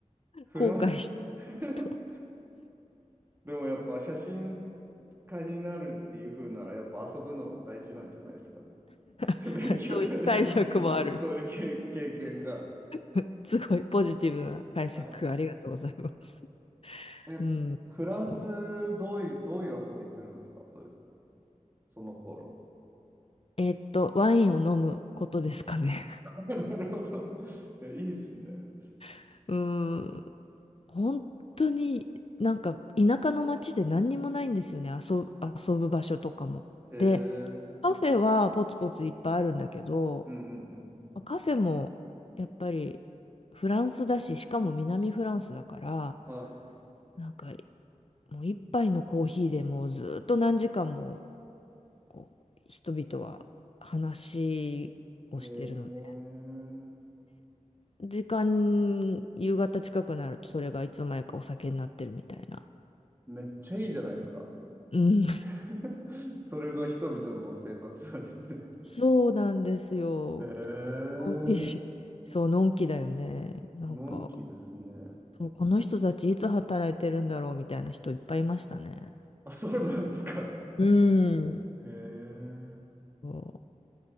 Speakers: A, on the right; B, on the left.
A: フランス
B: 後悔してる
A: <laughs>
B: と
A: でもやっぱ写真家になるっていう風なら、やっぱ遊ぶの大事なんじゃないですかね。<laughs>
B: <laughs>
A: 勉強よりも
B: そういう解釈もある
A: <laughs> そういう経、経験が。
B: <laughs> すごいポジティブな解釈、
A: は
B: ありがとうございます。
A: い。え、
B: うん、
A: フランス、
B: そう。
A: どういう、どういう遊びするんですかそういうその頃。
B: えっと、ワインを飲むことですかね。
A: <laughs> なるほど。いいいっすね。
B: <laughs> うーん、本当になんか田舎の町で何にもないんですよね、遊ぶ、遊ぶ場所とかも。
A: へえ。
B: で、
A: う
B: カフェはポツポツいっぱいあるんだけど、
A: んうん
B: まあカフェもやっぱりフランスだし、しかも南フランスだから、
A: うん。は
B: なんかもう一杯のコーヒーでもうずっと何時間もこう人々は話をしてるので、
A: い。へえ。
B: で、時間、夕方近くなるとそれがいつの間にかお酒になってるみたいな。
A: めっちゃいいじゃないですか。
B: うん、
A: <laughs> それが人々の生活なんですね。
B: そうなんですよ。
A: へえ。
B: のんびりそう、のんきだよね。なんか、
A: のんきですね。
B: そう、この人たちいつ働いてるんだろうみたいな人いっぱいいましたね。
A: あ、そうなんですか。
B: うん。
A: へえ。
B: そ